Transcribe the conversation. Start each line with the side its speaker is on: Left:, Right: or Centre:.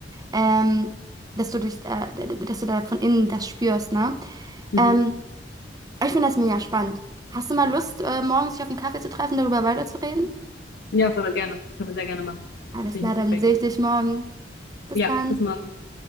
Right: Ähm, dass du dich, äh, dass du da von innen das spürst, ne?
Left: Mhm.
Right: Ähm, ich finde das mega spannend. Hast du mal Lust, äh, morgen sich auf einen Kaffee zu treffen, darüber weiterzureden?
Left: Ja, voll gerne. Können wir sehr gerne machen.
Right: Alles
Left: Finde
Right: klar,
Left: ich eine super
Right: dann
Left: Idee.
Right: sehe ich dich morgen. Bis
Left: Ja,
Right: dann.
Left: bis morgen.